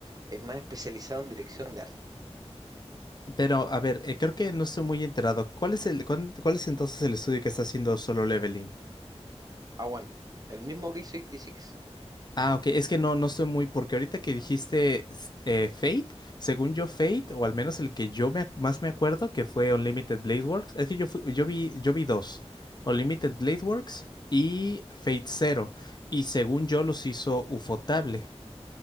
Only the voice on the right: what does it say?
es más especializado en dirección de arte.
Awan, el mismo que hizo 86.